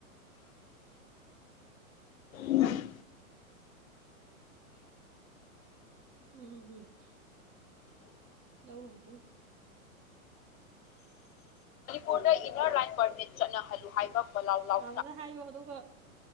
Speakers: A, on the left; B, on the right.
A: ꯎꯝ
B: ꯎꯝ ꯎꯝ ꯂꯧꯔꯨꯕꯊꯝ
A: ꯨꯔꯗ ꯏꯟꯅꯔ ꯂꯥꯏꯟ ꯄꯔꯃꯤꯠ ꯆꯠꯅꯍꯜꯂꯨ ꯍꯥꯏꯕ ꯂꯥꯎ ꯂꯥꯎ
B: ꯃꯥꯝꯃꯗ ꯍꯥꯏꯌꯣ ꯑꯗꯨꯒ